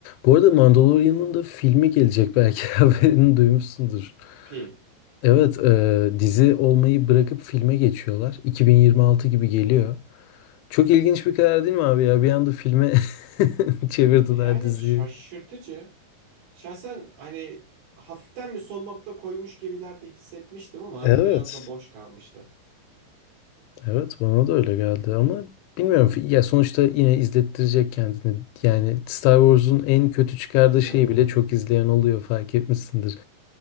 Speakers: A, on the left; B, on the right.
A: Bu arada Mandalorian'ın da filmi gelecek belki <laughs> haberini duymuşsundur.
B: film.
A: Evet e, dizi olmayı bırakıp filme geçiyorlar. 2026 gibi geliyor. Çok ilginç bir karar değil mi abi ya? Bir anda filme <laughs> çevirdiler
B: Yani
A: diziyi.
B: şaşırtıcı. Şahsen hani hafiften bir son nokta koymuş gibiler de hissetmiştim ama hani
A: Evet.
B: biraz da boş kalmıştı.
A: Evet bana da öyle geldi ama bilmiyorum ya sonuçta yine izlettirecek kendini. Yani Star Wars'un en
B: Yani
A: kötü çıkardığı
B: izliyorum.
A: şeyi bile çok izleyen oluyor fark etmişsindir.